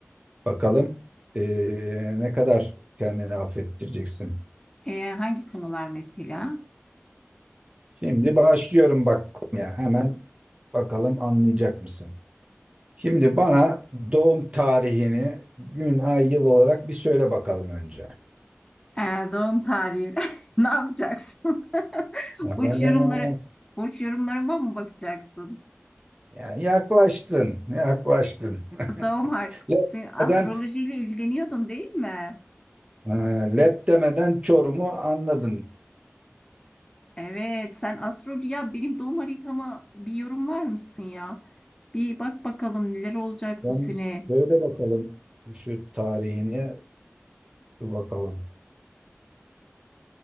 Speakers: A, on the right (about 25°); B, on the left (about 15°).
A: bakalım eee, ne kadar kendini affettireceksin.
B: E, hangi konular mesela?
A: Şimdi başlıyorum bak ya hemen bakalım anlayacak mısın? Şimdi bana doğum tarihini gün, ay, yıl olarak bir söyle bakalım önce.
B: Ee, doğum tarihi <laughs> ne yapacaksın? <laughs>
A: Ee,
B: Burç yorumları burç yorumlarıma mı bakacaksın?
A: yani yaklaştın, yaklaştın. <laughs>
B: Doğum har
A: Lep
B: sen astrolojiyle
A: demeden,
B: ilgileniyordun değil mi?
A: e, lep demeden Çorum'u anladın.
B: Evet, sen astroloji ya benim doğum haritama bir yorumlar mısın ya? Bir bak bakalım neler olacak
A: Sen
B: bu sene.
A: bir söyle bakalım şu tarihini bir bakalım.